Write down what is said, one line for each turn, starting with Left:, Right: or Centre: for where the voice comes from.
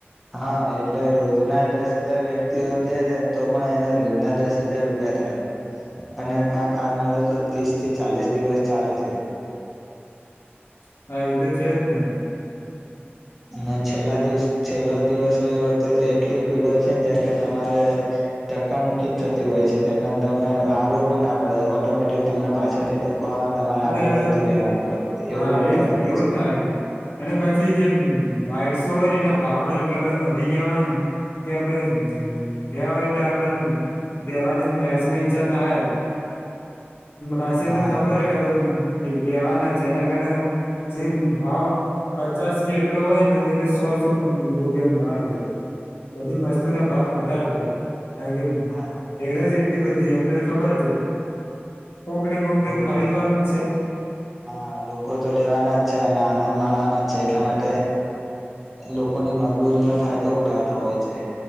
Centre: હા એટલે રોજના દસ હજાર વ્યક્તિઓ જે તો પણ એના રોજના દસ હજાર રૂપિયા થાય અને કંક આ મેળો તો ત્રીસ થી ચાલીસ દિવસ ચાલે છે
Left: <inaudible> હા એ તો છે જ ને
Centre: અને છેલ્લા દિવસ છેલ્લો દિવસ એ વખતે તો એટલી ભીડ છે ને ત્યાં કે તમારે ધક્કા મુુકી જ થતી હોય છે તમે હાલવું પણ ના પડે ઓટોમેટિક તમને પાછાથી આવે તમારે
Left: એટલે
Centre: આગળ જતું રહેેવાનું એવું
Left: હા
Centre: પણ
Left: એજ
Centre: થતું
Left: ને
Centre: હોય
Left: એવું
Centre: છે
Left: જ થાય અને પછી જેમ આડસો હોય ને એના ભાવ પણ એટલા બ વધી ગયા હોય ને. કજે આપડે ગયા હોય એટલે આપડે દેવાની લાઈટ્સ ની ઈચ્છા થાય જ. પા સેમિંગ
Centre: હા
Left: ખબર હ કે બેવાના છે એના કારણે જેમ ભાવ પચાસ કે એટલો હોય ને તેને સોસો રૂપિયા ગાઢ દે બધી વસ્તુના ભાવ વધાર દે કારણ કે
Centre: હા
Left: હેડ જ એટલી બધી એમને તો ખબર છે. કોક ને કોક ત
Centre: લોકો
Left: ખરીદવાનું.
Centre: તો
Left: જ છે
Centre: હા લોકો તો લેવાના જ છે અને આનંદ માળવા ના છે એટલા માટે લોકોની મજબૂરીનો ફાયદો ઉઠાવતા હોય છે.